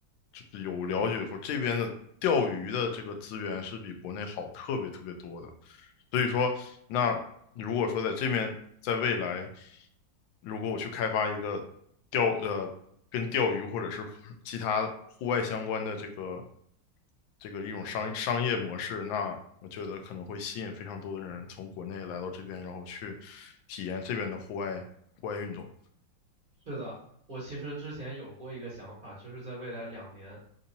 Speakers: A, on the left; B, on the right.
A: 就是有了解说这边的钓鱼的这个资源是比国内好特别特别多的。所以说，那如果说在这边，在未来，如果我去开发一个钓呃跟钓鱼或者是 <laughs> 其他户外相关的这个这个一种商商业模式，那我觉得可能会吸引非常多的人从国内来到这边，然后去体验这边的户外户外运动。
B: 是的，我其实之前有过一个想法，就是在未来两年，